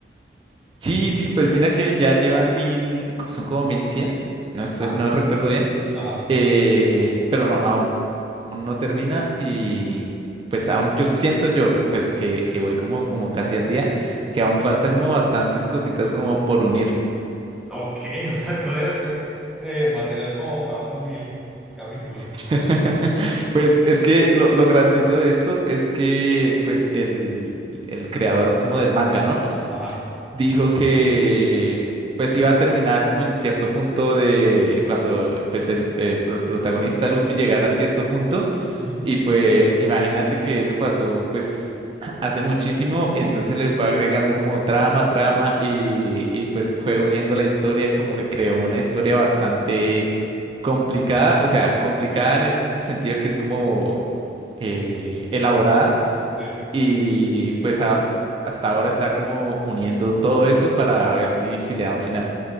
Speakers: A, on the right; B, in the centre.
A: Sí, sí, pues mira que ya llevan mil, son como mil cien. No estoy,
B: Ah,
A: no recuerdo bien.
B: ajá.
A: eh, pero no, aún, aún no termina. Y pues aún yo siento yo, pues que, que voy como, como casi al día, que aún falta como bastantes cositas como por unir.
B: Ok, <laughs> o sea, todavía hay eh, material como para otros mil capítulos.
A: <laughs> Pues es que lo, lo gracioso de esto es que pues el, el creador como del manga, ¿no?
B: Ajá.
A: dijo que pues iba a terminar como en cierto punto de cuando eh, pues el, eh, pr- protagonista Luffy llegara a cierto punto
B: Ujú,
A: y pues imagínate que eso pasó pues <clears throat> hace muchísimo entonces le fue agregando como trama, trama y, y pues fue uniendo la historia y como que creó una historia bastante complicada, o sea, complicada en el sentido que es como eh, elaborada
B: Sí.
A: y pues a- hasta ahora está como uniendo todo eso para ver si, si le da un final.